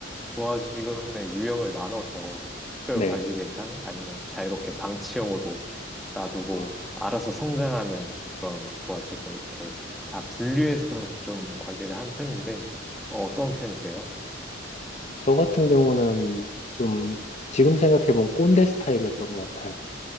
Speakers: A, in the centre; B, on the left.
A: 부하 직원의 유형을 나눠서 특별
B: 네.
A: 관리 대상 아니면 자유롭게 방치형으로 놔두고
B: 아.
A: 알아서 성장하는 그런 도화지가 이렇게 다 분류해서 좀 관리를 한 편인데 어, 떤 편이세요?
B: 저 같은 경우는 좀 지금 생각해보면 꼰대 스타일이었던 것 같아요.